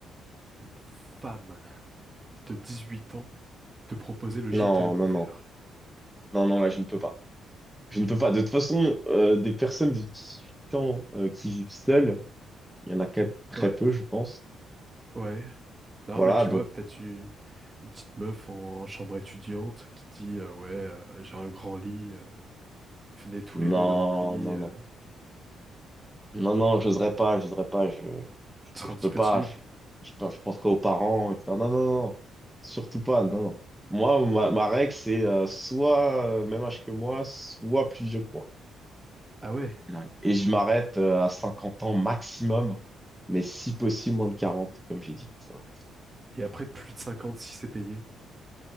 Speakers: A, on the right (about 25°); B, in the centre.
A: une femme de 18 ans te proposait le gîte
B: Non,
A: et le couvert?
B: non, non, non, non, là, je ne peux pas. Je ne peux pas. De toute façon, euh, des personnes de 18 ans euh, qui vivent seules, il y en a quand même très
A: Ouais,
B: peu, je pense.
A: ouais. Non
B: Voilà,
A: mais tu
B: donc,
A: vois, peut-être tu une petite meuf en chambre étudiante qui dit euh, ouais euh, j'ai un grand lit euh, Venez tous
B: non,
A: les deux dans mon lit,
B: non,
A: euh,
B: non. Non, non, j'oserais pas, j'oserais pas, je,
A: tu seras
B: je
A: un petit
B: peux
A: peu
B: pas,
A: timide.
B: je, je, pe- je penserai aux parents, etc. Non, non, non, non. surtout pas, non, non. Moi, ma, ma règle, c'est euh, soit euh, même âge que moi, soit plus vieux que moi.
A: Ah ouais.
B: Ouais. Et je m'arrête euh, à 50 ans maximum, mais si possible moins de 40, comme j'ai dit. Ça.
A: Et après, plus de cinquante si c'est payé.